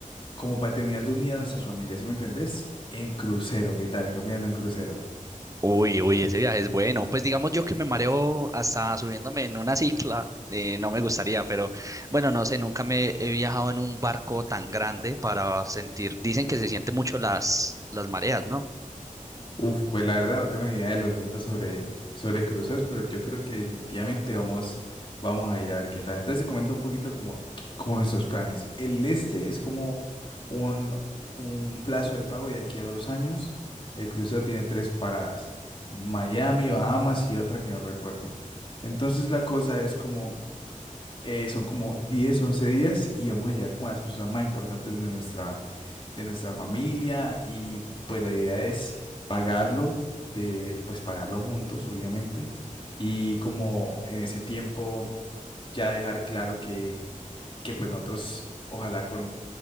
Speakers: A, on the left; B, on the right.
A: como para terminar de unir a nuestras familias, ¿sí me entendés? En crucero, ¿qué tal? ¿Qué opinas de un crucero?
B: Uy, uy, ese viaje es bueno. Pues digamos yo que me mareo hasta subiéndome en una cicla, eh, no me gustaría, pero bueno, no sé, nunca me he viajado en un barco tan grande para sentir, dicen que se siente mucho las, las mareas, ¿no?
A: Uf, pues la verdad no tengo ni idea de los mitos sobre, sobre cruceros, pero yo creo que definitivamente vamos, vamos a ir a ver qué tal. Entonces te comento un poquito como, como nuestros planes. El este es como un, un plazo de pago de aquí a dos años. El crucero tiene tres paradas, Miami, Bahamas y otra que no recuerdo. Entonces la cosa es como, eh, son como 10, 11 días y vamos a llegar como a las personas más importantes de nuestra de nuestra familia y pues la idea es pagarlo, de pues pagarlo juntos, obviamente, y como en ese tiempo ya dejar claro que, que pues nosotros, ojalá con,